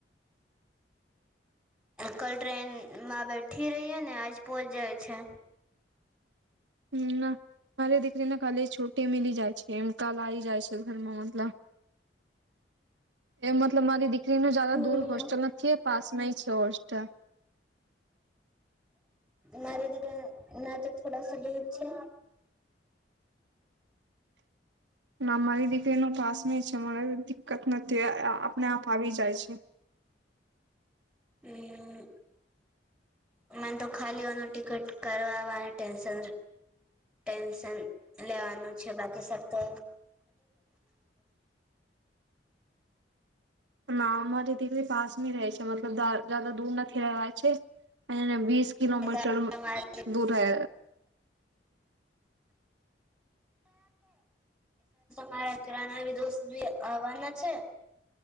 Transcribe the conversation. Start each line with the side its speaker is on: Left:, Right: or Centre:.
Centre: કલ ટ્રેન માં બેઠી રહી ને આજ પહોંચ જાય છે
Right: હમ ના મારી દીકરીને ખાલી છૂટી મિલી જાય છે એમ કાલ આવી જાય છે ઘરમાં મતલબ એ મતલબ મારી દીકરીનું જદ
Centre: હમ
Right: દૂર હોસ્ટેલ નથી એ પાસમાં છે હોસ્ટલ
Centre: મારી દીકરી ને તો થોડા સા દૂર છે
Right: અમારી દીકરી ન ટાસ ન છે અમારે દિકકત નથી આપને આપ આવી જાય છે
Centre: હમ્મ, મને તો ખાલીઓનું ટિકટ કરવાની ટેન્શન ટેન્શન લેવાનું છે બાકી સબ તો
Right: ના અમારી દીકરી પાસમી રહે છે. મતલબ દર જદા દૂર નથી રેવાય છે અને એને વીસ કિલોમીટર
Centre: છે.
Right: દૂર રહે.
Centre: રા ઘરા ના દોસ્તી આવવાના છે